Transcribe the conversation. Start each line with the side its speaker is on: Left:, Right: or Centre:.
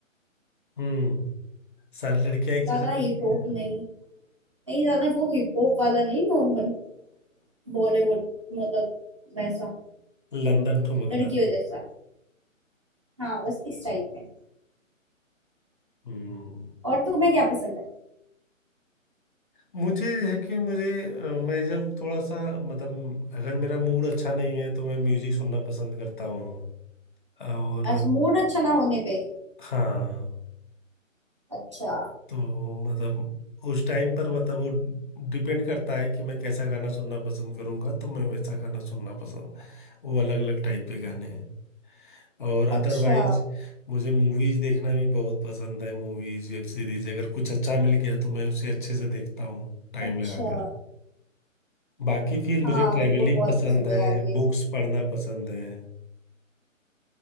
Left: हम्म सारी लड़कियां एक
Right: ज्यादा
Left: जैसा
Right: हिप
Left: करती
Right: हॉप
Left: हैं
Right: नहीं नहीं ज्यादा वो हिप हॉप वाला नहीं नॉर्मल बॉलीवुड मतलब वैसा
Left: लंदन ठुमकदा
Right: लड़कियों जैसा हाँ बस इस टाइप में
Left: हम्म
Right: और तुम्हें क्या पसंद है
Left: मुझे है कि मुझे अ, मैं जब थोड़ा सा मतलब अगर मेरा मूड अच्छा नहीं है तो मैं म्यूजिक सुनना पसंद करता हूँ और
Right: अच्छा मूड अच्छा ना होने पे
Left: हाँ
Right: अच्छा
Left: तो मतलब उस टाइम पर मतलब वो डिपेंड करता है कि मैं कैसा गाना सुनना पसंद करूंगा तो मैं वैसा गाना सुनना पसंद वो अलग अलग टाइप के गाने हैं और अदरवाइज
Right: अच्छा
Left: मुझे मूवीज देखना भी बहुत पसंद है मूवीज वेब सीरीज अगर कुछ अच्छा मिल गया तो मैं उसे अच्छे से देखता हूँ टाइम
Right: अच्छा
Left: लगाकर बाकी फिर
Right: हाँ
Left: मुझे ट्रेवलिंग
Right: मेरे को बहुत
Left: पसंद
Right: पसंद
Left: है
Right: है यार ये
Left: बुक्स पढ़ना पसंद है